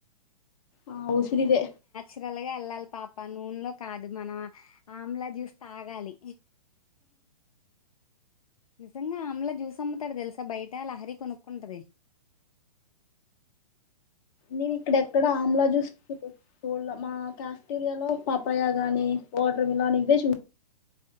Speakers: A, on the left; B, on the left.
A: ఆ ఊసిరిదే
B: న్యచురల్ గ వెళ్ళాలి పాప నూనలో కాదు మనం ఆమ్లా జ్యూస్ తాగాలి నిజంగా ఆమ్ల జ్యూస్ అమ్ముతాడు తెలుసా బై ట లహరి కొనుకుంటది
A: నేను ఇక్కడెక్కడ ఆమ్లా జ్యూస్ <unintelligible> <unintelligible> పాపాయ గనీ వాటర్ మిలాన్ ఇవే చు